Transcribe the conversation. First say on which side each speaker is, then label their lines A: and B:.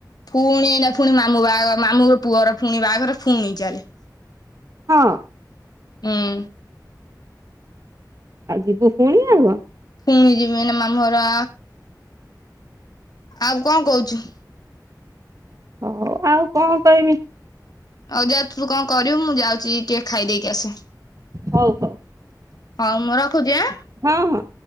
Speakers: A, on the left; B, on the right.
A: ପୁଣି ନା ପୁଣି ମାମୁଁ ବାହାଘର ମାମୁଁ ପୁଅର ପୁଣି ବାହାଘର ପୁଣି ଚାଲେ।
B: ହଁ
A: ହୁଁ
B: ଆ ଯିବୁ ଫୁଣି ନା କଣ?
A: ପୁଣି ଯିବି ଏଇନା ମାମୁଁଘର। ଆଉ କଣ କହୁଛୁ?
B: ହଉ ଆଉ କଣ କହିବି?
A: ଆଉ ଯା ତୁ କଣ କରିବୁ ମୁଁ ଯାଉଛି ଟିକେ ଖାଇଦେଇକି ଆସେ।
B: ହଉ ହଉ
A: ହଉ ମୁଁ ରଖୁଛି ଆଁ।
B: ହଁ ହଁ।